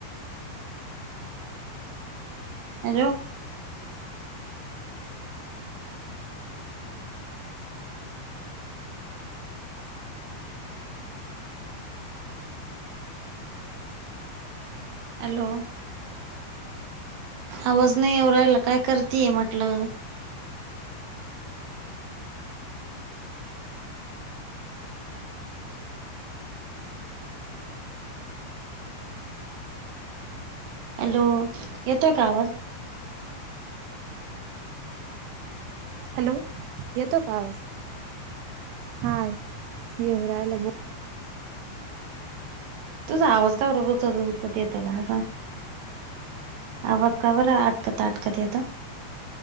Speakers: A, on the right; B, on the right.
A: हॅलो हॅलो आवाज नाही येऊ राहिला काय करतीये म्हटलं. हॅलो येतोय का आवाज?
B: हॅलो येतो का आवाज हाय येऊ राहिला बो
A: तुझ आवाज का बर गुतत गुतत येत का असं आवाज का बर त ताटकत येतो.